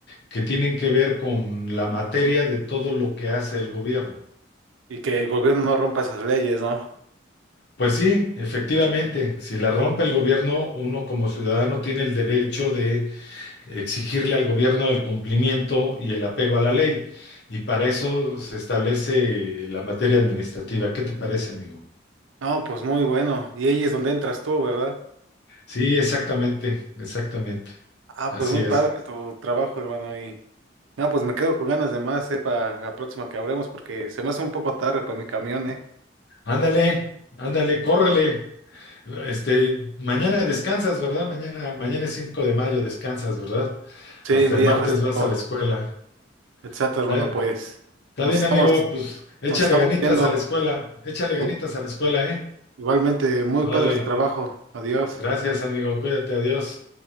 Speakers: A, on the left (about 55°); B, on the right (about 85°).
A: que tienen que ver con la materia de todo lo que hace el gobierno.
B: Y que el gobierno no rompa esas leyes, ¿no?
A: Pues sí, efectivamente, si la rompe el gobierno, uno como ciudadano tiene el derecho de exigirle al gobierno el cumplimiento y el apego a la ley. Y para eso se establece la materia administrativa. ¿Qué te parece, amigo?
B: No, pues muy bueno. Y ahí es donde entras tú, ¿verdad?
A: Sí, exactamente, exactamente.
B: Ah,
A: Así
B: pues muy
A: es.
B: padre tu trabajo, hermano. Y no, pues me quedo con ganas de más, ¿eh? Para la próxima que hablemos, porque se me hace un poco tarde para mi camión, ¿eh?
A: Ándale, ándale, córrele. Este, mañana descansas, ¿verdad? Mañana, mañana es 5 de mayo, descansas, ¿verdad?
B: Sí,
A: Hasta
B: día
A: el martes
B: festivo.
A: vas a la escuela.
B: Exacto,
A: ¿Está,
B: bueno, pues
A: está
B: nos
A: bien,
B: estamos,
A: amigo? Pues échale
B: nos estamos
A: ganitas
B: viendo.
A: a la escuela, échale ganitas
B: Igual-
A: a la escuela, ¿eh?
B: Igualmente, muy
A: Órale.
B: padre su trabajo. Adiós.
A: Gracias, amigo. Cuídate, adiós.